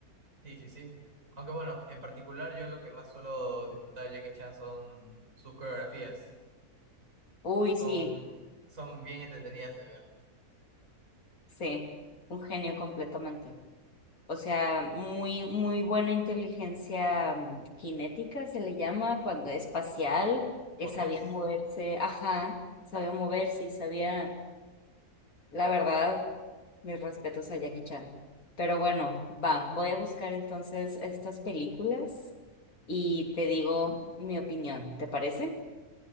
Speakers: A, on the right; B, on the left.
A: Sí, sí, sí. Aunque bueno, en particular yo lo que más suelo disfrutar de Jackie Chan son sus coreografías.
B: Uy,
A: Son,
B: sí,
A: son bien entretenidas de ver.
B: sí, un genio completamente. O sea, muy, muy buena inteligencia mm, cinética se le llama cuando espacial,
A: Mm,
B: que
A: Motriz,
B: sabía moverse, ajá, sabía moverse y sabía, la verdad, mis respetos a Jackie Chan. Pero bueno, va, voy a buscar entonces estas películas y te digo mi opinión, ¿te parece?